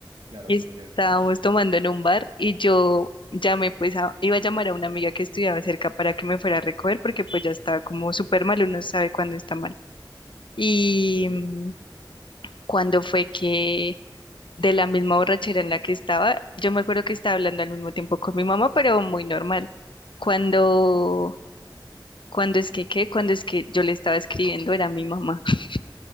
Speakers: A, on the right; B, on the left.
A: Claro
B: Estábamos
A: que sé que es el fotógrafo.
B: tomando en un bar y yo llamé, pues a- iba a llamar a una amiga que estudiaba cerca para que me fuera a recoger porque pues ya estaba como súper mal, uno sabe cuándo está mal. Y
A: Ok,
B: mm, cuando fue que de la misma borrachera en la que estaba, yo me acuerdo que estaba hablando al mismo tiempo con mi mamá, pero muy normal. Cuando, cuando es que, ¿qué? Cuando es que yo le estaba escribiendo era mi mamá. <laughs>